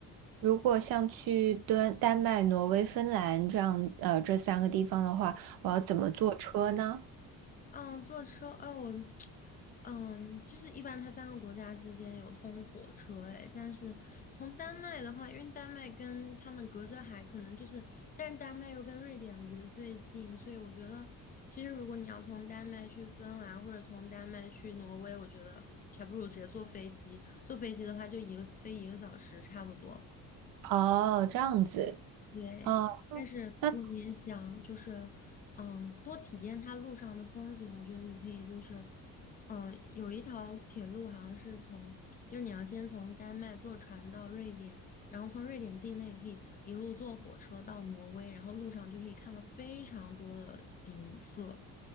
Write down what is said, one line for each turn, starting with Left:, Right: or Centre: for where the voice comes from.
Right: 如果像去敦丹麦、挪威、芬兰这样呃这三个地方的话，我要怎么坐车呢？
Left: 嗯，坐车，嗯，我，嗯，就是一般它三个国家之间有通火车，诶，但是从丹麦的话，因为丹麦跟他们隔着海，可能就是，但是丹麦又跟瑞典离得最近，所以我觉得，其实如果你要从丹麦去芬兰或者从丹麦去挪威，我觉得还不如直接坐飞机，坐飞机的话就一个飞一个小时差不多。
Right: 哦，这样子
Left: 对，
Right: 哦，
Left: 但是如果你也想就是，
Right: 那
Left: 嗯，多体验它路上的风景，我觉得你可以就是，嗯，有一条铁路好像是从，就是你要先从丹麦坐船到瑞典，然后从瑞典境内可以一路坐火车到挪威，然后路上就可以看到非常多的景色。